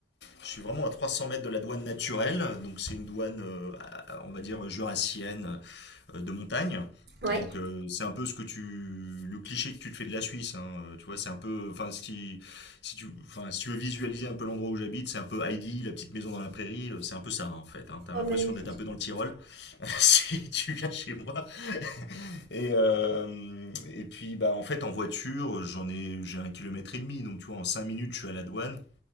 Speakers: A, on the left; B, on the right.
A: je suis vraiment à 300 mètres de la douane naturelle. Donc, c'est une douane, euh, à- on va dire, jurassienne, euh, de montagne.
B: Ouais.
A: Donc, euh, c'est un peu ce que tu, le cliché que tu te fais de la Suisse. hein. Euh, Tu vois, c'est un peu, enfin, si, si tu, enfin, si tu veux visualiser un peu l'endroit où j'habite, c'est un peu Heidi, la petite maison dans la prairie. euh, C'est un peu ça, hein, en fait. hein. T'as
B: Oh,
A: l'impression
B: magnifique.
A: d'être un peu dans le Tyrol. <laughs> si tu viens chez moi. Et, euh, et puis, bah, en fait, en voiture, j'en ai, j'ai un kilomètre et demi. Donc, tu vois, en 5 minutes, je suis à la douane.